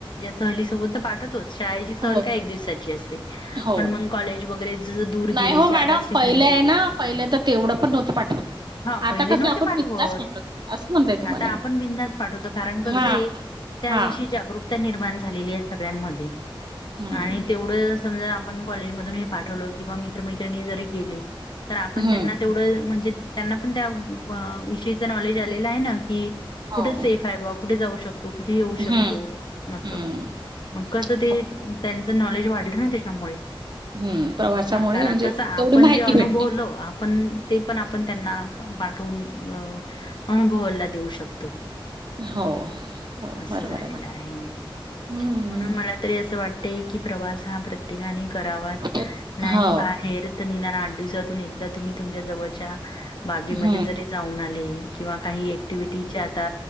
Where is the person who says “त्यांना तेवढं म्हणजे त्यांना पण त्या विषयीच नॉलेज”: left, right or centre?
Left